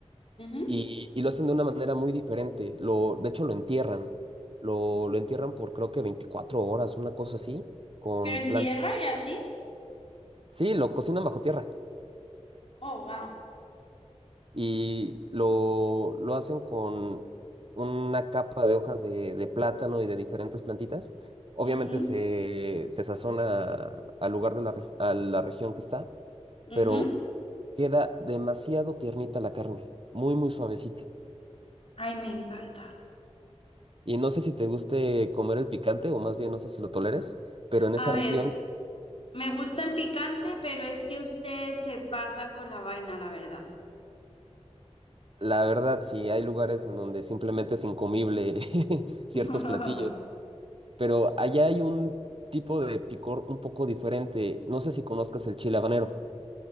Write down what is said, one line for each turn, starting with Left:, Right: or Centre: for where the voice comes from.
Left: ujú.
Right: Y, y lo hacen de una manera muy diferente. Lo, de hecho, lo entierran. Lo, lo entierran por creo que 24 horas, una cosa así, con
Left: Pero en
Right: plan...
Left: tierra y así.
Right: Sí, lo cocinan bajo tierra.
Left: Oh, wow.
Right: Y lo, lo hacen con una capa de hojas de, de plátano y de diferentes plantitas. Obviamente
Left: Ujú,
Right: se, se sazona al lugar de la, re- a la región que está,
Left: ujú.
Right: pero queda demasiado tiernita la carne, muy, muy suavecita.
Left: Ay, me encanta.
Right: Y no sé si te guste comer el picante o más bien no sé si lo toleres, pero en
Left: A
Right: esa
Left: ver,
Right: región,
Left: me gusta el picante, pero es que ustedes se pasan con la vaina, la verdad.
Right: la verdad, sí hay lugares en donde simplemente es incomible <laughs> ciertos
Left: <laughs>
Right: platillos, pero allá hay un tipo de picor un poco diferente. No sé si conozcas el chile habanero.